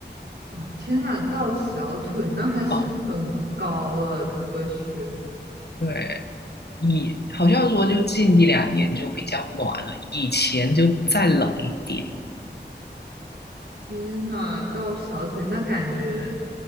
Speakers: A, on the right; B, on the left.
A: 哇，天呐，到小腿那还是很高了，
B: 哦，
A: 这个雪，
B: 对，以好像说就近一两年就比较暖了，以前就再冷一点。
A: 天呐，到小腿那感觉